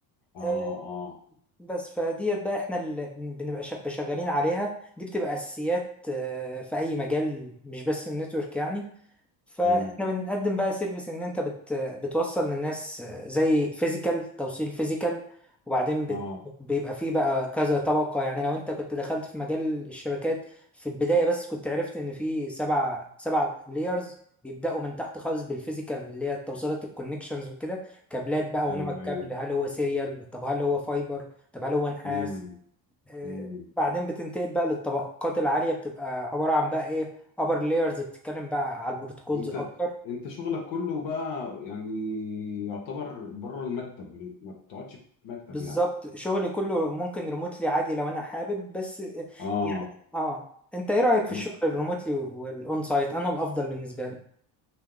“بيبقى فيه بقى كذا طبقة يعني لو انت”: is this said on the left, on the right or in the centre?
Centre